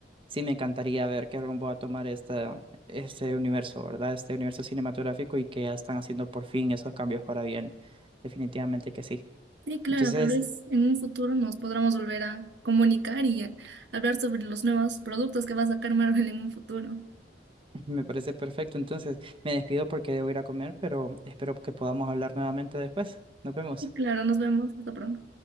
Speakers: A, on the right; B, on the right.
A: sí me encantaría ver qué rumbo va a tomar esta, este universo, ¿verdad? Este universo cinematográfico y que ya están haciendo por fin esos cambios para bien. Definitivamente que sí.
B: Sí, claro,
A: Entonces,
B: tal vez en un futuro nos podremos volver a comunicar y a hablar sobre los nuevos productos que va a sacar Marvel en un futuro.
A: <laughs> Me parece perfecto. Entonces, me despido porque debo ir a comer, pero espero que podamos hablar nuevamente después. Nos vemos.
B: Sí, claro, nos vemos, hasta pronto.